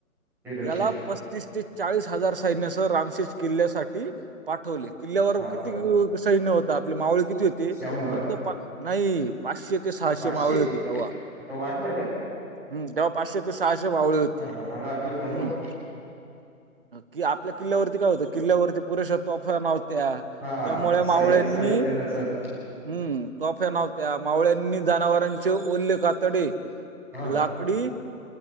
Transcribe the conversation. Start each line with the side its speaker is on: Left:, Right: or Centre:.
Centre: फिरोजी
Right: याला प तीस ते चाळीस हजार सैन्यसह रामशेष किल्ल्यासाठी पाठवले किल्ल्यावर
Centre: पाठवलं
Right: किती सैन्य होता आपले मावळे किती होते
Centre: शंभर
Right: फक्त नाही, पाचशे ते सहाशे
Centre: पाचशे
Right: मावळे होती तेव्हा.
Centre: आता वाढलंय का?
Right: हम् जव्हा पाचशे ते सहाशे मावळे होती
Centre: ह मला वाटलं शंभर
Right: हम्म. कि आपल्या किल्ल्यावरती काय होतं, किल्ल्यावरती पुरेशा तोफानावत त्या
Centre: हा
Right: त्यामुळे
Centre: साई
Right: मावळ्यांनी
Centre: साहित्य
Right: हम्म.
Centre: नसल
Right: तोफ्या नव्हत्या मावळ्यांनी जनावरांचे ओल्ले कातडे
Centre: हा
Right: लाकडी